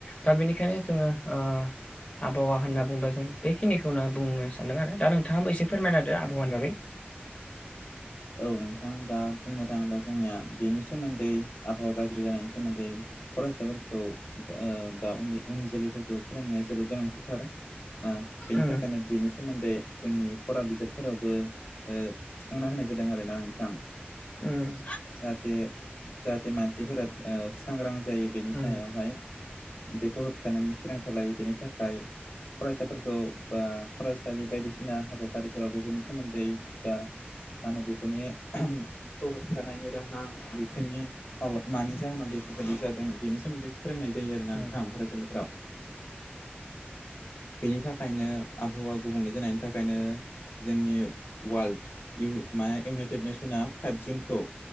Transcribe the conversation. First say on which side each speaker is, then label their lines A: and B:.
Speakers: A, on the left; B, on the left.
A: दा बेनिखायनो जोङो ओ आबहावा होनना बुंबा जों बेखिनिखौनो बुंनो सानदों आरो दा नोंथाङाबो एसे फोरमायनादो आबहावानि बागै
B: औ नोंथां दा बुंनो थाङोब्ला जोंनिया बेनि सोमोन्दै आबहावा गाज्रि जानायनि सोमोन्दै फरायसाफोरखौ ओ बा उन्दै उन जोलैफोरखौ फोरोंनाया जोबोद गोनांथिथार। ओ बेनि
A: उम
B: थाखायनो बेनि सोमोन्दै जोंनि फरा बिजाबफोरावबो ओ थिखांना होनाय जादों आरोना नोंथां।
A: उम
B: जाहाथे जाहाथे मानसिफोरा ओ सांग्रां जायो बेनि
A: उम
B: सायाव हाय बेखौ होबथानायनि थिरांथा लायो बेनि थाखाय फरायसाफोरखौ बा फरायसालि बायदिसिना हाबाफारिफोराव बेफोरनि सोमोन्दै बा मानो बेफोरनि खौ होबथानायनि राहा बेफोरनि माबा मानि जाहोनाव बेफोरबायदि जादों बेनि सोमोन्दै फोरोंनाय जायो आरोना
A: उम
B: नोंथां फरायसालिफोराव बेनि थाखायनो आबहावा गुबुंले जानायनि थाखायनो जोंनि वाल्ड इउ मा इउनाइटेड नेसना फाइभ जुनखौ